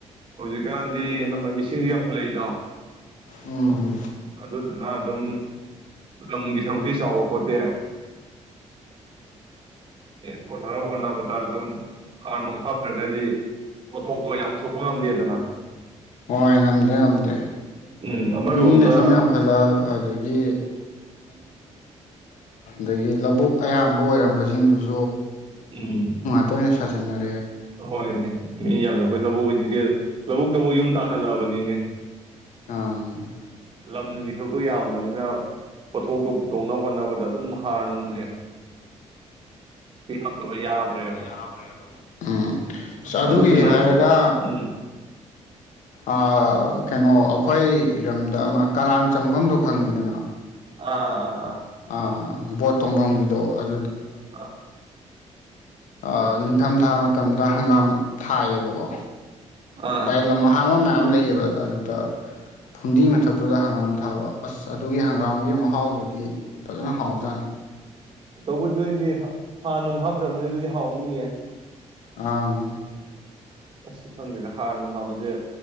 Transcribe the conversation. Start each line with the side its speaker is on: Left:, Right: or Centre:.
Right: ꯍꯧꯖꯤꯛ ꯀꯥꯟꯗꯤ ꯑꯅꯝꯕꯅꯥ ꯃꯤꯁꯤꯡꯖꯤ ꯌꯥꯝꯈꯠꯂꯛ ꯏꯗꯣ
Left: ꯎꯝ
Right: ꯑꯗꯨꯅ ꯑꯗꯨꯝ ꯂꯝꯒꯤ ꯁꯔꯨꯛꯇꯤ ꯆꯥꯎꯔꯛꯄꯣꯠꯇꯦ ꯫ ꯀꯣꯅꯥꯅꯕ ꯍꯣꯠꯅ ꯑꯗꯨꯝ ꯍꯥꯔ ꯅꯨꯡ ꯍꯥꯞꯇ꯭ꯔꯥꯒꯗꯤ ꯄꯣꯠꯊꯣꯛꯇꯣ ꯌꯥꯝ ꯄꯨꯊꯣꯛꯄ ꯉꯝꯗꯦꯗꯅ
Left: ꯍꯣꯏ ꯉꯝꯗ꯭ꯔꯦ ꯉꯝꯗ꯭ꯔꯦ
Right: ꯎꯝ ꯑꯃꯔꯣꯝꯗ
Left: ꯃꯤꯅ ꯁꯨꯝ ꯌꯥꯝꯈꯠꯂꯛ ꯑꯗꯒꯤ ꯑꯗꯩꯒꯤ ꯂꯥꯕꯨꯛ ꯑꯌꯥꯝꯕꯥ ꯑꯣꯏꯔꯝꯕ ꯖꯤꯡꯗꯨꯁꯨ
Right: ꯎꯝ
Left: ꯇꯣꯏꯅꯥ ꯁꯖꯤꯟ ꯅꯥꯔꯛ
Right: ꯍꯣꯢꯅꯦ ꯃꯤ ꯌꯥꯝꯃꯕꯅꯤꯅꯥ ꯍꯧꯖꯤꯛꯁꯦ ꯂꯥꯕꯨꯛꯇꯕꯨ ꯌꯨꯝ ꯇꯥꯈꯠꯂꯛ ꯑꯕꯅꯤꯅꯦ
Left: ꯑꯥ
Right: ꯂꯝꯒꯤ ꯁꯔꯨꯛꯇꯣ ꯌꯥꯝꯗꯕꯅꯤꯅꯥ ꯄꯣꯠꯊꯣꯛꯇꯣ ꯄꯨꯊꯣꯛꯅꯕ ꯍꯣꯠꯅꯕꯗ ꯑꯗꯨꯝ ꯍꯥꯔ ꯅꯨꯡꯖꯦ ꯍꯥꯞꯇꯥꯕꯥ ꯌꯗ꯭ꯔ‌ꯦꯕꯥ
Left: ꯌꯥꯗ꯭ꯔ‌ꯦꯕꯥ ꯎꯝ ꯁ ꯑꯗꯨꯒꯤ
Right: ꯑꯗꯨꯗꯨꯅꯕꯨ
Left: ꯍꯥꯏꯔꯒ
Right: ꯎꯝ
Left: ꯑꯥ ꯀꯩꯅ‌ꯣ ꯑꯩꯈꯣꯏꯔꯣꯝꯗ ꯑꯃꯥ ꯀꯔꯥꯡ ꯆꯪꯕꯝꯗꯣ ꯈꯪ ꯉꯤꯗꯅ
Right: ꯑꯥ ꯑꯥ ꯑꯥ
Left: ꯑꯥ ꯕꯣꯠ ꯇꯣꯡꯕꯝꯒꯤꯗꯣ ꯑꯥ
Right: ꯑꯥ
Left: ꯑꯥ ꯅꯤꯡꯊꯝꯊꯥ ꯃꯥꯇꯝꯗ ꯍꯪꯒꯥꯝ ꯊꯥꯏꯌꯦꯕꯥ ꯀꯣ
Right: ꯑꯥ ꯑꯥ
Left: ꯗꯥꯢ ꯂꯝ ꯑꯍꯥꯡꯕꯥ ꯃꯌꯥꯝ ꯂꯩꯌꯦꯕꯥ ꯑꯗꯨꯗ ꯐꯨꯝꯗꯤ ꯃꯊꯛꯇꯥ ꯍꯪ ꯒꯝ ꯊꯕꯥ ꯑꯁ ꯑꯗꯨꯒꯤ ꯍꯪꯒꯥꯝꯒꯤ ꯃꯍꯥꯎ ꯗꯨꯗꯤ ꯐꯖꯅꯥ ꯍꯥꯎꯖꯥꯠꯅꯤ
Right: ꯇꯧꯕꯨꯗꯤ ꯅꯣꯏꯗꯤ ꯍꯥꯔ ꯅꯨꯡ ꯍꯥꯞꯇꯔ꯭ꯕꯅꯤꯅꯥ ꯑꯗꯨꯗꯤ ꯍꯥꯎꯅꯤꯌꯦ
Left: ꯑꯪ
Right: ꯑꯁ ꯈꯪꯗꯦꯗꯥ ꯍꯥꯔ ꯅꯨꯡ ꯌꯥꯎꯕꯁꯦ